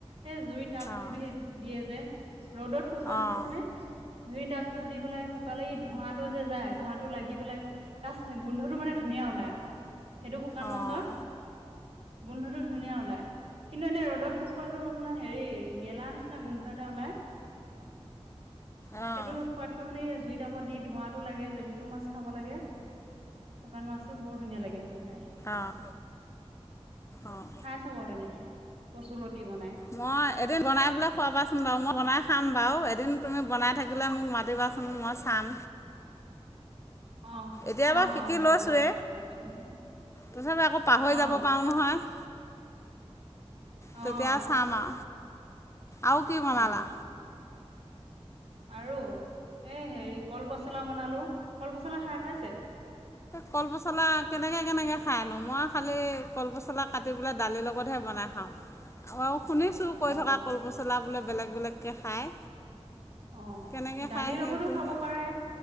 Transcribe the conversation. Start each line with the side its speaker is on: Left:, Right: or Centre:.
Right: সেই জুই তাপটো
Left: অঁ
Right: দি দিয়ে যে ৰ'দত শুকুৱাতকৈ
Left: অঁ
Right: মানে জুই তাত তো দি পেলাই শুকালে ধোঁৱাতটো যে যায় ধোঁৱাটো লাগি পেলাই তাৰ গোন্ধটো মানে ধুনীয়া ওলাই আৰু সেইটো শুকান
Left: অঁ
Right: মাছৰ গোন্ধটো ধুনীয়া ওলাই কিন্তু এনে ৰ'দত শুকুৱাটো আপোনাৰ হেৰি গেলা নিচিনা গোন্ধ এটা ওলাই
Left: অঁ অঁ
Right: সেইটো সোৱাদকৈ মানে জুইত এতিয়া ওপৰত দি ধোঁৱাতটো লাগে যে সেইটো মাছ খাব লাগে শুকান মাছো বৰ ধুনীয়া লাগে সেইটো খাই
Left: অঁ অঁ
Right: খাই চাব তেনেকে কচুলতি বনাই
Left: মই এদিন বনাই পোলে খোৱাই পাইছো বাৰু মই বনাই খাম বাৰু এদিন তুমি বনাই থাকিলে মোক মাতি দিবাচোন মই চাম
Right: অঁ
Left: এতিয়া
Right: অঁ
Left: বাৰু শিকি
Right: অঁ হ'ব
Left: লৈছৱে
Right: মাতিম আহিব
Left: তথাপি আকৌ পাহৰি
Right: অঁ
Left: যাব পাৰো নহয়
Right: অঁ
Left: তেতিয়া চাম অ আৰু কি বনালা।
Right: অঁ আৰু এই হেৰি কল পচলা বনালো, কল পচলা খাই পাইছে।
Left: কল পচলা কেনেকে কেনেকে খাই নো মই খালি কল পচলা কাটি পেলাই দালিৰ লগতহে বনাই খাওঁ আৰু শুনিছো
Right: অঁ
Left: কৈ থকা কল পচলা বোলে বেলেগ। বেলেগ কে খায়।
Right: অ
Left: কেনেকৈ
Right: দালিৰ
Left: খায় সেইটোহে
Right: লগতো খাব পাৰে,